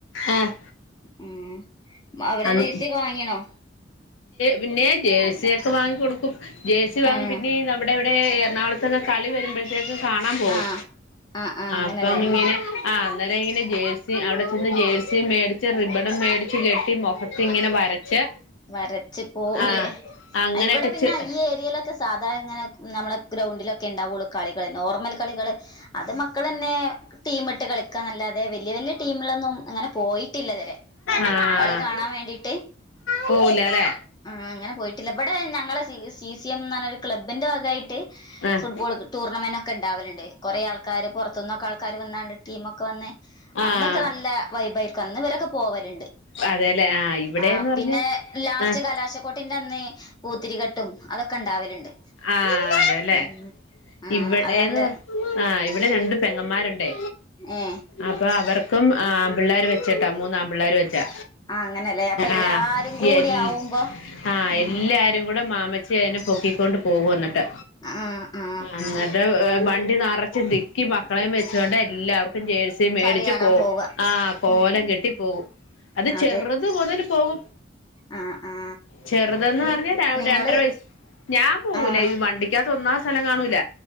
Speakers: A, on the left; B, on the left.
A: ആഹ്
B: ഉം മ അവരാ
A: ആഹ്
B: ജെയ്സിയൊക്കെ വാങ്ങിണോ
A: പിന്നെ ജേഴ്സിയൊക്കെ വാങ്ങി കൊടുക്കും ജേഴ്സി വാങ്ങും
B: ഏഹ്
A: പിന്നെ ഇവിടെ ഇവിടെ എറണാകുളത്തൊക്കെ കളി വരുമ്പഴത്തേക്ക് കാണാൻ പോകും
B: ആഹ് ആഹ് ആഹ് അങ്ങനല്ലേ
A: അപ്പം ഇങ്ങനെ ആഹ് അന്നേരം ഇങ്ങനെ ജേഴ്സി അവിടെ ചെന്ന് ജേഴ്സി മേടിച്ച് റിബണും മേടിച്ച് കെട്ടി മു അപ്പ ഇങ്ങനെ വരച്ച്
B: വരച്ച് പോലേ
A: ആഹ് അങ്ങനെയൊക്കെ
B: ഇവിടെ പിന്നെ
A: ചെ
B: ഈ ഏരിയയിലൊക്കെ സാധാരണ ഇങ്ങനെ നമ്മളെ ഗ്രൗണ്ടിലൊക്കെ ഉണ്ടാവുള്ളൂ കളികള് നോർമൽ കളികള് അത് മക്കൾന്നെ ടീം ഇട്ട് കളിക്കാൻ അല്ലാതെ വലിയ വലിയ ടീമിലൊന്നും അങ്ങനെ പോയിട്ടില്ല ഇതുവരെ
A: ആഹ്
B: കളി കാണാൻ വേണ്ടിട്ട്
A: പോവൂലല്ലേ
B: ആ അങ്ങനെ പോയിട്ടില്ല ഇവിടെ ഞങ്ങളെ സീസ് സി സി എം എന്ന് പറഞ്ഞരു ക്ലബ്ബിന്റെ ഭഗമായിട്ട്
A: ആഹ്
B: ഫുട്ബോൾ ടൂർണമെന്റ് ഒക്കെ ഉണ്ടാവലുണ്ട് കൊറെ ആൾക്കാര് പുറത്തു നിന്നൊക്കെ ആൾക്കാര് വന്നാണ്ട് ടീമൊക്കെ വന്ന്
A: ആഹ്
B: അന്നൊക്കെ നല്ല വൈബൈർക്ക് അന്ന് ഇവരൊക്കെ പോവലുണ്ട്
A: അതേല്ലേ ആഹ് ഇവിടെന്ന്
B: ആ
A: പറഞ്ഞ
B: പിന്നെ ലാസ്റ്റ്
A: ആഹ്
B: കലാശക്കോട്ടിന്റെ അന്ന് പൂത്തിരികെട്ടും അതൊക്കെ ഉണ്ടാവലുണ്ട്
A: ആതാല്ലേ
B: ഉം ആ
A: ഇവിടെന്ന്
B: അത് നല്ല
A: പറ ആഹ് ഇവിടെ രണ്ട് പെങ്ങന്മാരുണ്ടേ
B: ഏ
A: അപ്പൊ അവർക്കും ആൺ പിള്ളേർ വെച്ച്ട്ടാ മൂന്നാ ആൺ പിള്ളേർ വെ
B: ആ അങ്ങനെല്ലേ അപ്പൊ എല്ലാരും
A: ആഹ്
B: കൂടി
A: എൽ
B: ആവുമ്പോ
A: ആഹ്
B: ഉം
A: എല്ല ആതും കൂടെ മാമച്ചി അയിന് പൊക്കിക്കൊണ്ട് പോകും വന്നിട്ട്
B: ആഹ് ആഹ്
A: ആ ന്നിട്ട് വണ്ടി നറച്ച് തിക്കി മക്കളെയും വെച്ചോണ്ട് എല്ലാവർക്കും ജേഴ്സി മേടിച്ചു
B: കളി കാണാൻ
A: പോകും
B: പോവ
A: ആ കോലം
B: ഉം
A: കെട്ടി പോകും അത്
B: അതെ
A: ചെറുത് മുതൽ പോകും
B: ആ ആ
A: ചെറുതന്ന്
B: നി
A: പറഞ്ഞ
B: നിങ്ങള്
A: രണ്ടര വയസ് ഞാൻ പോകൂലേ
B: ആ
A: ഇത് വണ്ടിക്കകത്ത് ഒന്നാമത് സ്ഥലം കാണൂല